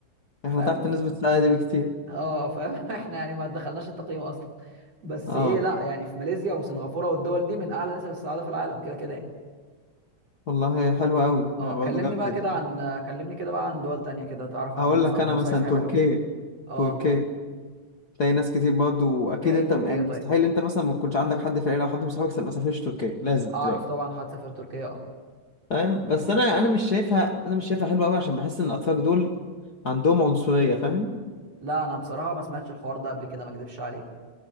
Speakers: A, on the left; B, on the right.
A: احنا
B: فاهم
A: تحت نسبة السعادة دي بكتير
B: اه فاهم <laughs> احنا يعني ما دخلناش التقييم اصلا بس
A: اه
B: ايه لا يعني في ماليزيا وسنغافوره والدول دي من اعلى نسب السعاده في العالم كده كده يعني
A: والله حلوة قوي
B: اه
A: يعني برضه
B: كلمني
A: جامدة
B: بقى كده
A: دي
B: عن كلمني كده بقى عن دول تانية كده تعرف عنها
A: هقول
B: مثلا
A: لك
B: مصايف
A: انا مثلا
B: هي
A: تركيا
B: حلوة اه
A: تركيا تلاقي ناس كتير برضه اكيد
B: فيها ايه
A: انت
B: تركيا
A: م- يعني
B: طيب
A: مستحيل انت مثلا ما تكونش عندك حد في العيلة او حد من صحابك ما سافرش تركيا لازم
B: اعرف
A: تلاقي
B: طبعا هتسافر تركيا اه
A: فاهم بس انا انا مش شايفها انا مش شايفها حلوة قوي عشان بحس ان الاتراك دول عندهم عنصرية فاهم
B: لا انا بصراحة ما سمعتش الحوار ده قبل كده ما اكدبش عليك